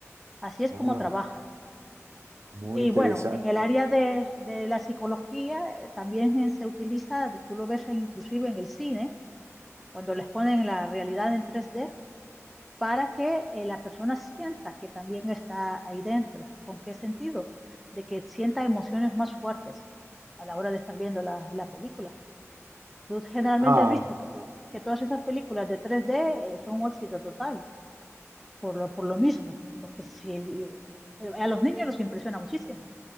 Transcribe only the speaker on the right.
Oh,
muy
interesante.
Ah.